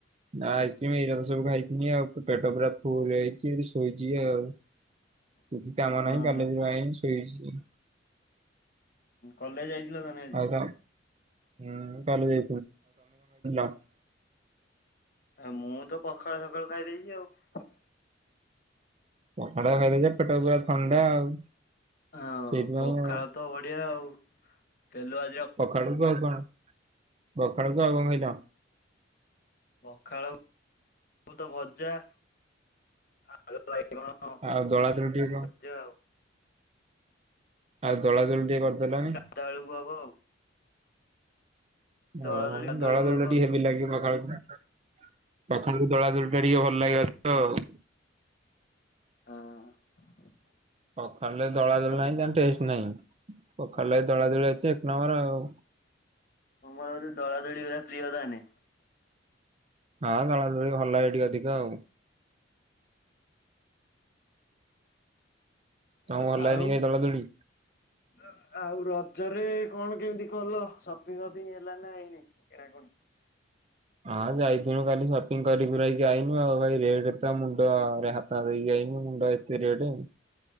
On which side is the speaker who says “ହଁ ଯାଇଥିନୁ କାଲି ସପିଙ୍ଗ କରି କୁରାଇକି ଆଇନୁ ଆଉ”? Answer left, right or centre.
Right